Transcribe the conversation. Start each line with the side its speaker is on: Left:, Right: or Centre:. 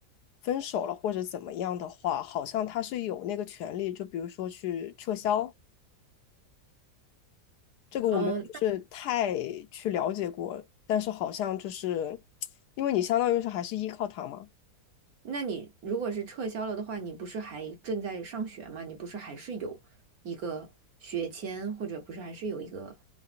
Left: 分手了或者怎么样的话，好像他是有那个权利，就比如说去撤销。这个我没有就是太去了解过，
Right: 嗯，
Left: 但是好像就是因为你相当于是还是依靠他嘛，
Right: 那你如果是撤销了的话，你不是还正在上学吗？你不是还是有一个学签，或者不是还是有一个